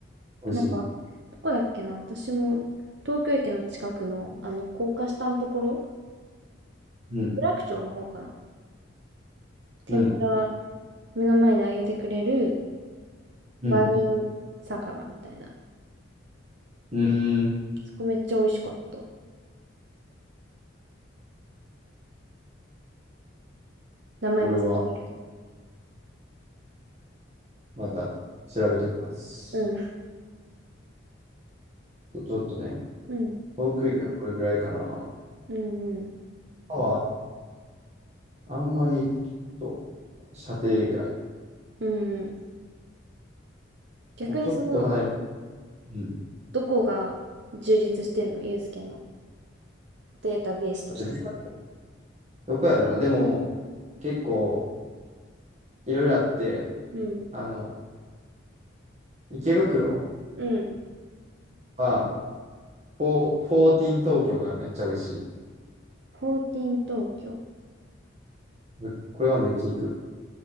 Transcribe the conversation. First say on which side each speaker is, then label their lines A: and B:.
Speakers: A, on the right; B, on the right.
A: 美味しい。
B: なんか、うんどこだっけな私も、東京駅の近くの、あの、高架下のところ、
A: うん、
B: 有楽町の方かな。天ぷら
A: うん、
B: 目の前で揚げてくれる
A: うん、
B: ワイン酒場みたいな。
A: うーん。
B: そこめっちゃ美味しかった。名前忘れたけど。
A: それは、また調べときます。
B: うん。
A: ちょっとね、
B: うん。
A: 航空機はこれぐらいかな。歯
B: うんうん。
A: は、あんまり、ちょっと、射程外。
B: うんうん。逆にその、
A: まあ、ちょっと離れ、うん。
B: どこが充実してんのユうスケのデータベースとして。
A: でどこやろうな。でも、結構、いろいろあって、
B: うん。
A: あの、池袋
B: うん。
A: は、フォー、フォーティーン東京がめっちゃ美味しい。
B: フォーティン東京。
A: でこれはめっちゃ行く。